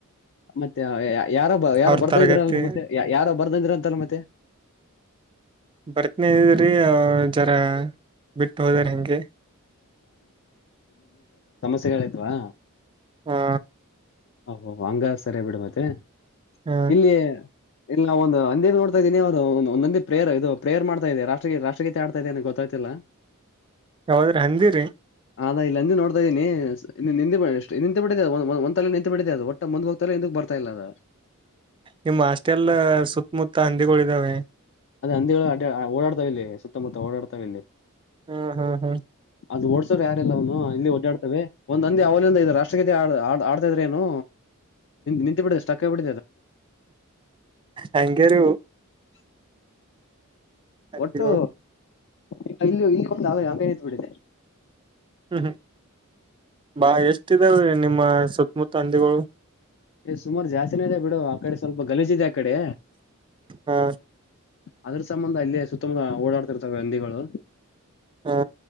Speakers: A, on the left; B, on the right.
A: ಮತ್ತೆ ಯಾರೋ ಬ ಯಾರೋ
B: ಅವ್ರ
A: ಬರ್ದಿದಿ್ರ
B: ತರಗತಿ
A: ಅಲ್ ಮತ್ತೆ ಯಾರ ಬರ್ದ ಇದ್ರ ಅಂತಲ್ಲ ಮತ್ತೆ
B: ಬರ್ತನ ಇದ್ರಿ ಜರ ಬಿಟ್ಟು ಹೋದಾರ ಹೆಂಗೆ
A: ಸಗಳಿದ್ವಾ
B: ಹ
A: ಹ ಹಂಗ ಸರಿ ಬಿಡು ಮತ್ತೆ
B: ಹ
A: ಇಲ್ಲಿಯ ಇಲ್ಲಿ ನಾವ ಒಂದು ಹಂದೇ ನೋಡ್ತಾ ಇದೀನಿ ಅವ್ರು ಒಂದೊಂದಿ ಪ್ರೇಯರ್ ಇದು ಪ್ರೇಯರ್ ಮಾಡ್ತಾ ಇದೆ ರಾಷ್ಟ್ರೀ ರಾಷ್ಟ್ರಗೀತೆ ಆಡ್ತಾ ಇದೆ ಅನ ಗೊತ್ತಾಗ್ತಿಲ್ಲ
B: ಯಾವಾದ್ರ ಹಂದಿರಿರಿ
A: ಅದಾ ಇಲ್ಲ ಅಂದ ನೋಡ್ತಾ ಇದೀನಿ ನಿಂತುಬಿಟ್ಟಿದೆ ಬಿಟ್ಟ ನಿಂತು ಬಿಟ್ಟಿದೆ ಅ ಒಟ್ಟ ಮುಂದ್ ಹೋಗ್ತಾರೆ ಎಂತಕ್ ಬರ್ತಾ ಇ ಅ
B: ನಿಮ್ಮ್ ಅಷ್ಟೆಲ್ಲ ಸುತ್ತಮುತ್ತ ಹಂದಿಗಳಿದಾವೆ
A: ಅದೇ ಹಂದಿಗಳು ಓಡಾಡ್ತಾವ ಇಲ್ಲೀ ಸುತ್ತಮುತ್ತ ಓಡಾಡ್ತಾವ ಇಲ್ಲಿ
B: ಹ್ಮ್ ಹ್ಮ್ ಹ್ಮ್
A: ಅದು ಯಾರೆಲ್ಲ ಅವನು ಇಲ್ಲಿ ಓಡ್ಡಾಡ್ತವೆ ಒಂದಂದ ಅವ ಇದು ರಾಷ್ಟ್ರಗೀತಿ ಆಡ್ತಾ ಇದ್ರ ನು ನಿಂತು ಬಿಡಿದೆ ಸಟಕ್ಕ ಬಿಡ
B: ಹಂಗಾರ
A: <inaudible>
B: ಹಂದಿಗಳು
A: ಒಟ್ಟು ಈಗ ಇಲ್ಲಿ ಇಲ್ಲಿ ಬಂದು ಹಂಗ ನಿಂತ ಬಿಡಿದೆ
B: ಹ್ಮ್ ಹ್ಮ್ ಬಾ ಎಷ್ಟ ಇದಾವೀ ನಿಮ್ಮ ಸುತ್ತಮುತ್ತ ಹಂದಿಗಳು
A: ಸುಮಾರು ಜಾಸ್ತಿ ದೆ ಬಿಡು ಆ ಕಡೆ ಸ್ವಲ್ ಗಲೀಜಿದೆದೆ ಅ ಕಡೆ
B: ಹಾ
A: ಅದ್ರ ಸಂಬಂಧ ಅಲ್ಲೇ ಸುತ್ತಮುತ್ತ ಓಡಾಡ್ತಿರ್ತವೆ ಹಂದಿಗಳು
B: ಹ